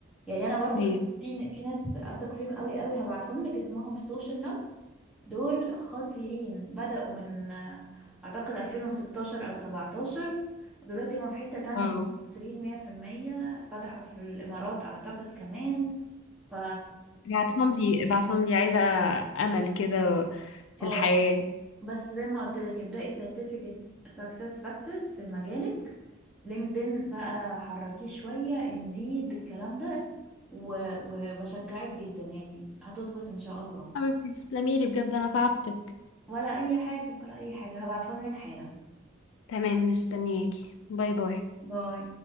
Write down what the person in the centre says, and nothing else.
يعني انا برضو
في في ناس اثق فيهم قوي قوي هبعتهم لك اسمهم سوشيال نوتس دول خطيرين بدأوا من آه، اعتقد 2016 او 17 دلوقتي هم في حتة تانية
وهم مصريين 100% فتحوا في الامارات اعتقد كمان ف
اه
بس زي ما قلت لك ابدأي سيرتيفيكت سكسس فاكتورز في مجالك لينكدين بقى حركيه شوية انديد الكلام ده و... وبشجعك جدا يعني هتظبط ان شاء الله
ولا اي حاجة ولا اي حاجة هبعتهم لك حالا
باي